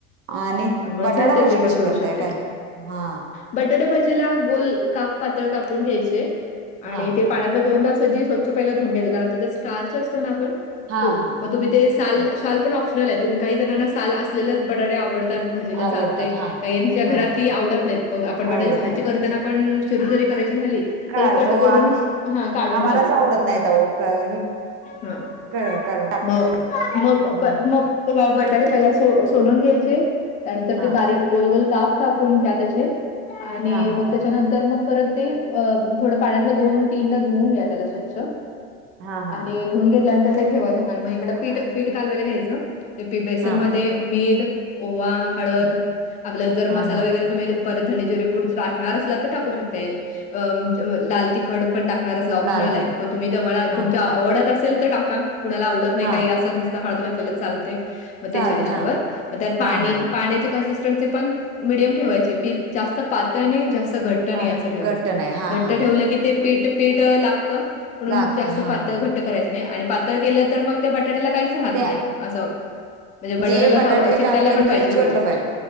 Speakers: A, on the right (about 45°); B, on the left (about 25°).
A: आणि
B: त्यामुळे
A: बटाटाभजी
B: चालतंय ते
A: कशी
B: पण करू
A: करताय
B: शकताय.
A: काय हा
B: बटाटे भजीला गोल काप पातळ कापून घ्यायचे
A: हा
B: आणि
A: हा
B: ते पाण्यातला दोन तास आधी स्वच्छ पहिला धुऊून घ्यायचं कारण त्या स्टार्च असतो ना आपण
A: हा
B: तो
A: हा
B: तुम्ही ते साल
A: तर
B: साल पण ऑप्शनल आहे तुम काही जणांना साल असलेच बटाटे आवडतात भजीला चालतय
A: आवडतात हा
B: काहीच्या घरात
A: हा हा
B: की आवडत नाहीत मग आपण बटाय
A: आवडत
B: भाजी
A: नाही
B: करताना पण चिरून जरी करायची झाली
A: काढतो
B: तरी कट करून
A: आम्ही
B: हा काढून
A: आम्हालाच
B: घालतोय
A: आवडत नाहीत अहो क हे
B: हा
A: क काढून टाकतो
B: मग मग
A: हो
B: प मग त ग बटाटे पहिला स सोलून घ्यायचे त्यानंतर
A: हा
B: ते बारीक गोल-गोल काप कापून घ्या त्याचे आणि
A: हा हा
B: मग
A: हा
B: त्याच्यानंतर मग परत ते अ थोडं पाण्यात दोन-तीनदा धुवन घ्या त्याला स्वच्छ
A: हा हा
B: आणि धून घेतल्यानंतर ते ठेवाचं आणि मग इकडं पीठ पीठ कालवायला घ्यायचं ते बेसन
A: हा
B: मध्ये मीठ ओवा हळद
A: हा
B: आपला जर मसाला
A: हा हा
B: वगैरे तुम्ही परत धने जिरे पूड टाकणार असला तर टाकू शकते अ लाल तिखट पण टाकणार असला ऑप्शनल
A: लाल तिखट
B: आहे तुम्ही <inaudible> तुम्हाला
A: हा
B: आवडत असेल तर टाका कुणाला आवडत नाही
A: हा
B: काही असंच हळद घातलेल चालतय म
A: चालत
B: तेच्या हेच्यावर
A: हा
B: मग
A: हा
B: पाणी
A: हा हा
B: पाण्याची कन्सिस्टन्सी कन्सिस्टन्सी पण मीडियम ठेवायची ती जास्त पातळ नाही जास्त घट्ट नाही
A: पाठ
B: असं ठेवायचं
A: घट्ट नाही हा हा हा
B: लगेच ते पीठ-पीठ अ लागत म्हणुन
A: लागत
B: जास्त
A: हा
B: पातळ
A: हा
B: घट्ट करायच नाही आणि पातळ केलं तर मग त्या बटाट्याला काहीच राहत
A: ते
B: नाही अस म्हणजे बटाला
A: जे बटाटे
B: रहाव चिकायला
A: काप केलं
B: पण पाहिजे
A: त्याला चिकटलं
B: व्यवस्थित
A: पाहिजे